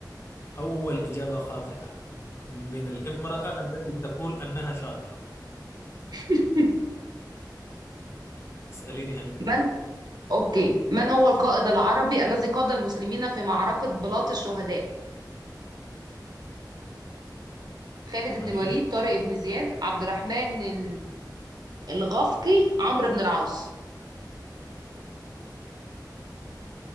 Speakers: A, on the left (about 35°); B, on the right (about 60°).
A: أول إجابة خاطئة من الامرأة التي تقول أنها شاطرة
B: <laughs>
A: اسأليني أنت
B: من أوكي من هو القائد العربي الذي قاد المسلمين في معركة بلاط الشهداء خالد
A: طيب
B: بن الوليد طارق بن زياد عبد الرحمن ال- الغفقي عمرو بن العاص